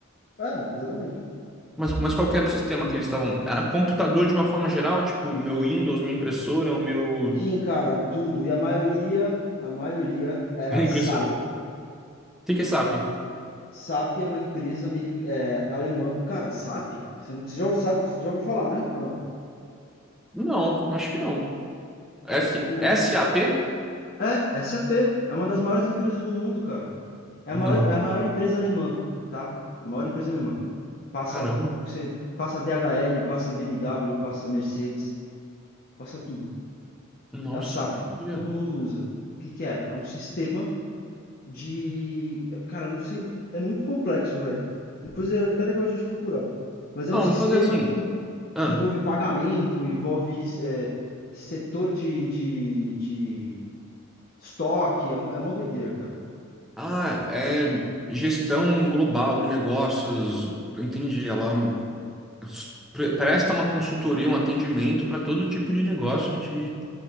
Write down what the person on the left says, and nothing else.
É, exatamente.
Sim, cara, tudo. E a maioria, a maioria
era
SAP.
SAP é uma empresa americ- é, alemã. Cara, SAP? Você não- você já sabe, você já ouviu falar, né? Ou não?
Ô, louco.
É, SAP. É uma das maiores empresas do mundo, cara. É
a maior, é a maior empresa alemã, tá? É a maior empresa alemã. Passa,
você, passa DHL, passa BMW, passa Mercedes, passa tudo.
É a SAP.
Todo mundo usa. O que que é? É um sistema de... Cara, eu não sei... É muito complexo, velho. Depois é até legal a gente procurar. Mas é
um sistema
que,
que envolve pagamento, envolve é, setor de, de, de estoque. É, mó- é mó doideira, cara.